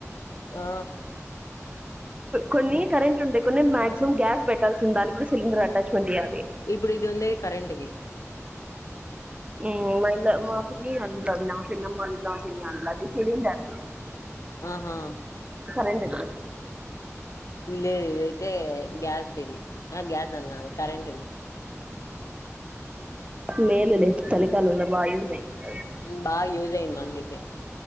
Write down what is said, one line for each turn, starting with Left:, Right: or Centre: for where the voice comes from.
Left: ఆ
Right: కొన్ని కరెంట్ ఉంటాయి కొన్ని మాక్సిమం గ్యాస్ పెట్టాల్సింది దానికి కూడా సిలిండర్ అటాచ్మెంట్ చేయ్యాలి
Left: ఇప్పుడు ఇది ఉండది కరెంట్ది
Right: హ్మ్. మా ఇంట్లో మా పిన్నీ వాళ్ళ ఇంట్లో ఉన్నది మా పిన్నమా వాళ్ళ ఇంట్లో అది సిలిండర్ ది
Left: ఆహా
Right: కరెంట్ ది
Left: లేదు ఇది అయితే గ్యాస్ ది ఆ గ్యాస్ అంటున్న కరెంట్ ది
Right: మేలులే చలికాలం లో బాగా యూస్ అవుతాది
Left: బాగా యూజ్ అయింది మాకైతే